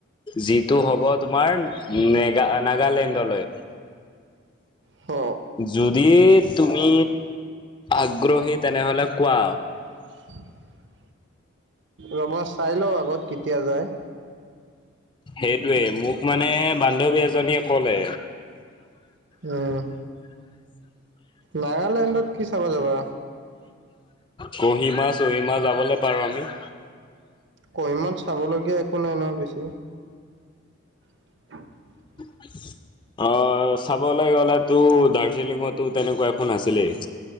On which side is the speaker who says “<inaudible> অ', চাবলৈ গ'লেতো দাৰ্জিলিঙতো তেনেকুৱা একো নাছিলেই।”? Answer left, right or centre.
Left